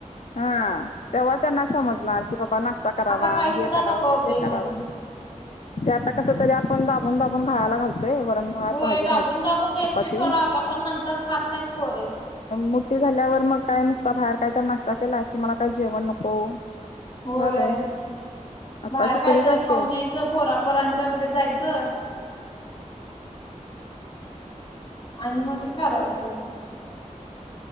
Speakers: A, on the left (about 60°); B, on the left (about 45°).
A: हा. तेव्हा त्यांना समजणार की बाबा नाश्ता. करावा
B: आता काही सुद्धा
A: हे करावा
B: नको होते
A: ते करावा
B: मग.
A: ते आता कसं तरी आपण दाबून-दाबून खायला घालोय वरण भात
B: होय
A: भाजी
B: दाबून
A: भाजी
B: दाबून देते
A: चपाती
B: सोडा आता पण नंतर खात नाहीत पोरं.
A: मुठी झाल्यावर मग काय नुसता बाहेर काही तर नाश्ता केला कि मला काही जेवण नको.
B: होय.
A: झालं आताची
B: बाहेर काय?
A: पिढीच
B: तर
A: अशी
B: खाऊन
A: आहे
B: यायचं. पोरापोरांमध्ये जायचं. आणि मगी करायचं.